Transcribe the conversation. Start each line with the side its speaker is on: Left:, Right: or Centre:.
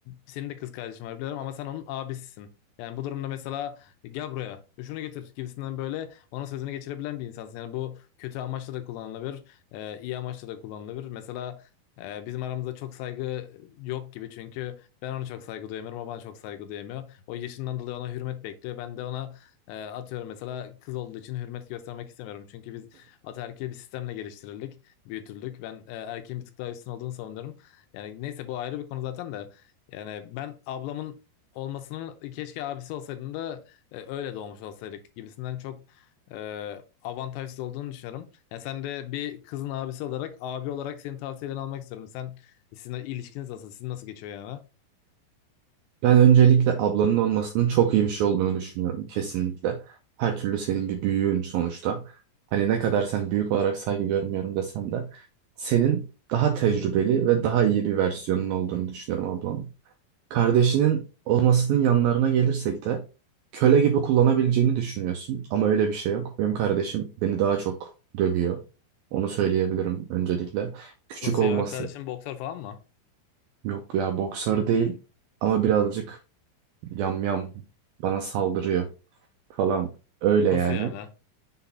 Left: senin de kız kardeşin var biliyorum ama sen onun abisisin. Yani bu durumda mesela gel buraya şunu getir gibisinden böyle onun sözünü geçirebilen bir insansın. Yani bu kötü amaçla da kullanılabilir, e, iyi amaçla da kullanılabilir. Mesela e, bizim aramızda çok saygı yok gibi çünkü ben ona çok saygı duyamıyorum, o bana çok saygı duyamıyor. O yaşından dolayı ona hürmet bekliyor. Ben de ona e, atıyorum mesela kız olduğu için hürmet göstermek istemiyorum. Çünkü biz ataerkil bir sistemle geliştirildik, büyütüldük. Ben e, erkeğin bir tık daha üstün olduğunu savunuyorum. Yani neyse bu ayrı bir konu zaten de. Yani ben ablamın olmasının keşke abisi olsaydın da e, öyle doğmuş olsaydık gibisinden çok e, avantajsız olduğunu düşünüyorum. Yani sen de bir kızın abisi olarak, abi olarak senin tavsiyelerini almak istiyorum. Sen sizin ilişkiniz nasıl? Sizin nasıl geçiyor yani?
Right: Ben öncelikle ablanın olmasının çok iyi bir şey olduğunu düşünüyorum kesinlikle. Her türlü senin bir büyüğün sonuçta. Hani ne kadar sen büyük olarak saygı görmüyorum desem de senin daha tecrübeli ve daha iyi bir versiyonun olduğunu düşünüyorum ablam. Kardeşinin olmasının yanlarına gelirsek de köle gibi kullanabileceğini düşünüyorsun ama öyle bir şey yok. Benim kardeşim beni daha çok dövüyor. Onu söyleyebilirim öncelikle. Küçük
Left: Nasıl
Right: olması
Left: ya? Kardeşin boksör falan mı?
Right: yok ya boksör değil ama birazcık yam yam bana saldırıyor falan öyle
Left: Nasıl
Right: yani.
Left: yani?